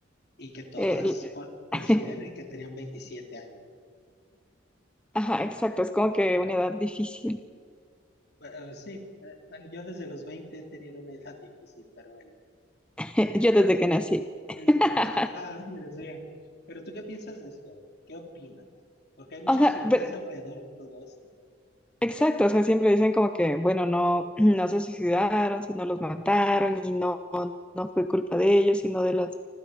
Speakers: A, on the left; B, in the centre.
A: Y que todas
B: El-
A: co- coinciden
B: <laughs>
A: en que tenían 27 años.
B: Ajá, exacto, es como que una edad difícil.
A: Bu- eh, sí, eh, bueno, yo desde los 20 he tenido una edad <laughs> difícil, pero bueno.
B: <laughs> Yo desde que nací. <laughs>
A: es el que nació Ah, Dios mío. Pero tú qué piensas de esto? ¿Qué opinas? Porque hay muchas
B: O sea,
A: teorías
B: ver-
A: alrededor de todo esto.
B: exacto, o sea, siempre dicen como que, bueno, no, no se suicidaron, sino los mataron y no, no fue culpa de ellos, sino de los